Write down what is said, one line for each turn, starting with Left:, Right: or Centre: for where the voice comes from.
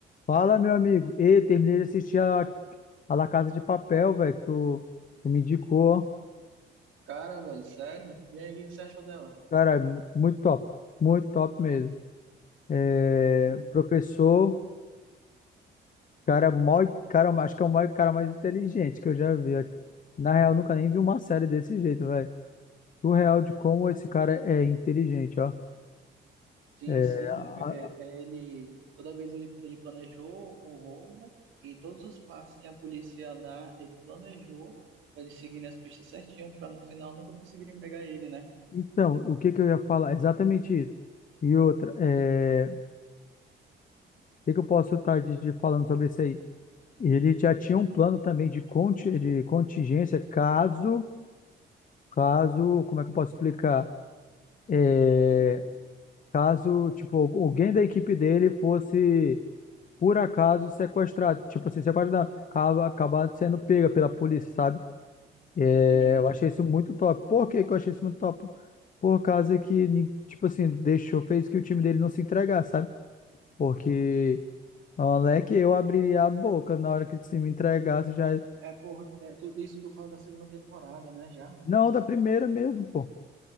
Left: Fala, meu amigo. Ei, terminei de assistir a, a La Casa de Papel, velho, que tu, tu me indicou, ó.
Right: Cara, velho, sério? E aí, o que que você achou dela?
Left: Cara, muito top. Muito top mesmo. É,
Right: Hum,
Left: professor, cara, mó, cara, acho que é o maior cara mais inteligente que eu já vi. ó. Na real, nunca nem vi uma série desse jeito, velho. O real de como esse cara é inteligente, ó.
Right: sim,
Left: É,
Right: sim, é,
Left: a-
Right: é, ele toda vez ele, ele planejou o roubo e todos os passos que a polícia dá, ele planejou para eles seguirem as pistas certinho para no final nunca conseguirem pegar ele, né?
Left: então, o que que eu ia falar? Exatamente isso. E outra, é, o que que eu posso estar de, de falando sobre isso aí? Ele já tinha um plano também de, conti- de contingência caso, caso, como é que eu posso explicar? É,
Right: Hum,
Left: caso, tipo, al- alguém da equipe dele fosse, por acaso, sequestrado. Tipo assim, sequestrado, acaba, acabar sendo pega pela polícia, sabe? É,
Right: sim.
Left: eu achei isso muito top. Por que que eu achei isso muito top? Por causa que, ni- tipo assim, deixou, fez que o time dele não se entregasse sabe? Porque, moleque, eu abriria a boca na hora que se me entregasse, já
Right: É por, é, tu- isso tu fala da segunda temporada, né, já?
Left: Não, da primeira mesmo, pô.